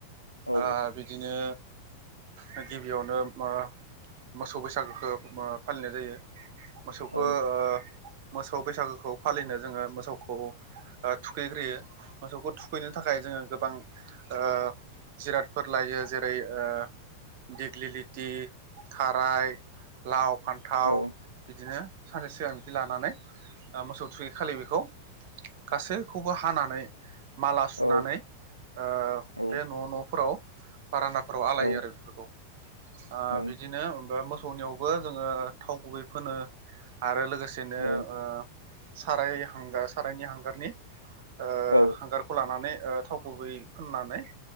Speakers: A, on the right (about 80°); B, on the right (about 50°).
A: औ
B: ओ बिदिनो ओ गिबियावनो ओ मोसौ बैसागुखौ ओ फालिनाय जायो मोसौखौ
A: औ
B: ओ मोसौ बैसागोखौ फालिनो जोङो मोसौखौ ओ थुखैग्रोयो मोसौखौ थुखैनो थाखाय जोङो गोबां ओ जिरादफोर लायो जेरै ओ दिग्लिलिथि खाराय लाव फान्थाव
A: औ
B: बिदिनो सानसे सिगां जि लानानै ओ मोसौ थुरखै खालि बेखौ गासैखौबो हानानै माला सुनानै
A: औ
B: ओ
A: औ
B: बे न' न'फोराव बारोनदाफोराव आलायो
A: औ
B: आरो बेफोरखौ ओ
A: औ
B: बिदिनो <unintelligible> थौनियावबो जोङो थाव गुबै फोनो आरो लोगोसे बिदिनो
A: औ
B: ओ साराय हांगार सारायनि हांगारनि ओ
A: औ
B: हांगारखौ लानानै ओ थाव गुबै फुननानै